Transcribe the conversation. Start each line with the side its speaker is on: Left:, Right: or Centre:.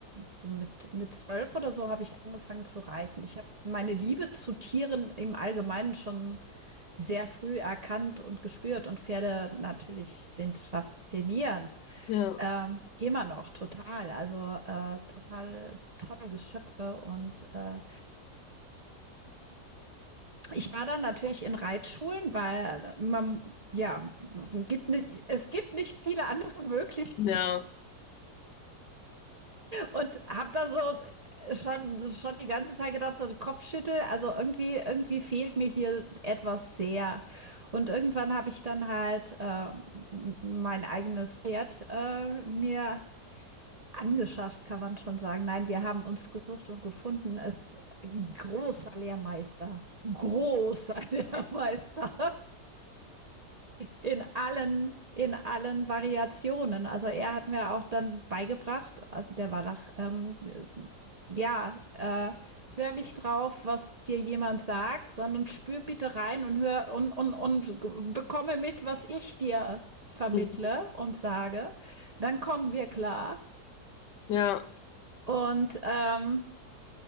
Right: so mit mit zwölf oder so habe ich angefangen zu reiten. Ich habe meine Liebe zu Tieren im Allgemeinen schon sehr früh erkannt und gespürt und Pferde natürlich sind faszinierend,
Left: ja,
Right: ähm, immer noch total, also äh, total tolle Geschöpfe und äh, ich war dann natürlich in Reitschulen, weil man ja es gibt nicht es gibt nicht viele andere <laughs> Möglichkeiten
Left: ja.
Right: Und hab da so äh, schon, schon die ganze Zeit gedacht, so Kopfschüttel, also irgendwie, irgendwie fehlt mir hier etwas sehr. Und irgendwann habe ich dann halt äh, mein eigenes Pferd äh, mir angeschafft, kann man schon sagen. Nein, wir haben uns gesucht und gefunden. Es ist ein großer Lehrmeister. Großer <laughs> Lehrmeister in allen, in allen Variationen. Also er hat mir auch dann beigebracht, also der Wallach, ähm, ja, äh, hör nicht drauf, was dir jemand sagt, sondern spür bitte rein und hör und, und, und bekomme mit, was ich dir vermittle
Left: Mhm.
Right: und sage. Dann kommen wir klar.
Left: Ja,
Right: Und ähm,